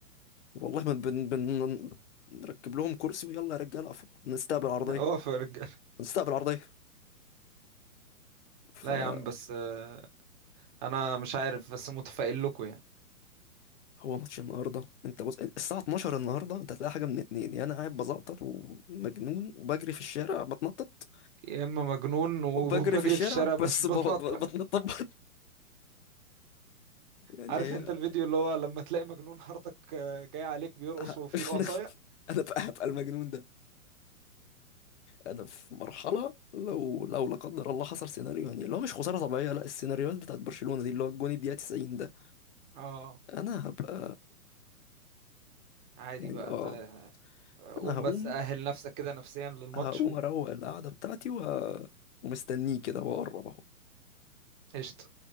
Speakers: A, on the left (about 50°); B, on the right (about 35°).
A: والله ما بن... بن... نركب لهم كرسي ويلا يا رجالة أقفوا نستقبل عرضية
B: اه في الرجالة
A: نستقبل عرضية فهو
B: لا يا عم بس آه، انا مش عارف بس متفائل لكم يعني
A: ماتش النهارده انت بص الساعة 12 النهارده انت هتلاقي حاجة من اتنين يا انا قاعد بزقطط ومجنون وبجري في الشارع بتنطط
B: يا اما مجنون وبجري
A: وبجري في الشارع
B: في الشارع بتنطط
A: بس ب- ب- بتنطط برضه يعني
B: عارف
A: هي
B: انت الفيديو اللي هو لما تلاقي مجنون حارتك آه، جاي عليك بيرقص
A: ه-
B: وفي
A: <laughs>
B: ايده عصاية
A: انا بقى هبقى المجنون ده انا في مرحله لو لو لا قدر الله حصل سيناريو يعني اللي هو مش خساره طبيعيه لا السيناريوهات بتاعت برشلونه دي اللي هو الجون الدقيقه 90 ده
B: اه
A: انا هبقى
B: عادي
A: يعني
B: بقى
A: اه
B: طيب قوم
A: انا هقوم
B: بس أهل نفسك كده نفسيا للماتش
A: هقوم اروق القعده بتاعتي و... ومستنيه كده واقرب اهو
B: وقشطة